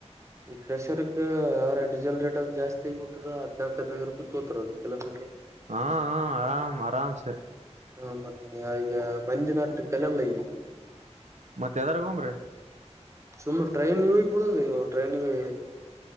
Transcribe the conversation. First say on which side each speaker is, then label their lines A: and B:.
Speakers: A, on the right; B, on the right.
A: ಈಗ ಕ್ರಷರಿಗೂ ಡೀಸೆಲ್ ರೇಟ್ ಜಾಸ್ತಿಯಾಗಿದೆ ಹದ್ಲ್ಕ ಹದಿನೈ ಅಂತಾರೆ ಕಿಲೋಮೀಟರ್ಗೆ
B: ಹಾ ಹ ಆರಾಮ ಆರಾಮಸ
A: ಈ ಬಗ್ಗೆ ಮಂಜಣ್ಣ ಅಟ್ ಕಳೆಯೋದಿಲ್ಲ
B: ಮತ್ತ ಎದುರಿಗೆ ಹೋಗನ್ರೀ
A: ಸುಮ್ಮನೆ ಟ್ರೈನಿಗೆ ಹೋಗುವುದಲ್ಲ ಟ್ರೈನಿಗೆ